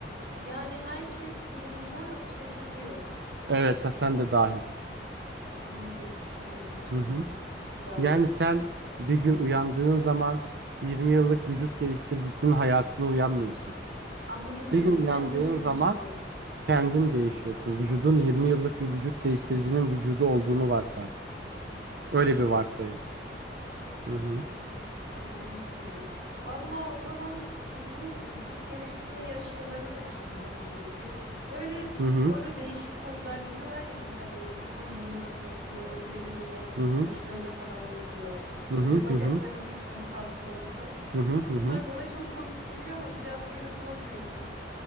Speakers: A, on the right; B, on the right.
A: yani herkes durumuma şaşırıyor.
B: Evet, ha, sen de dahil.
A: Anladım, anladım şimdi.
B: Hı hı.
A: Şimdi daha
B: Yani
A: iyi anladım.
B: sen bir gün uyandığın zaman 20 yıllık vücut geliştiricisinin hayatına uyanmıyorsun.
A: Anladım evet,
B: Bir gün uyandığın
A: kendim değişiyorum.
B: zaman kendin değişiyorsun. Vücudun 20 yıllık bir vücut geliştiricinin vücudu olduğunu varsay. Öyle
A: Evet.
B: bir varsayım. Hı hı.
A: Anladım şimdi. Vallahi o zaman dediğin gibi vücut geliştirme yarışmalarına da çıkayım hadi bir iki. Böyle
B: Hı hı.
A: orada değişik pozlar veriyorlar ya mesela böyle bir kolunu öne uzatıyor, öbür eliyle de onu tutuyor,
B: Hı hı.
A: şöyle falan yapıyor.
B: Hı
A: Böyle
B: hı.
A: bacaklarını
B: Hı hı.
A: yukarı kaldırıyorlar falan.
B: Hı hı. Hı hı.
A: Bunlar bana çok komik geliyor ama biraz böyle poz veririm.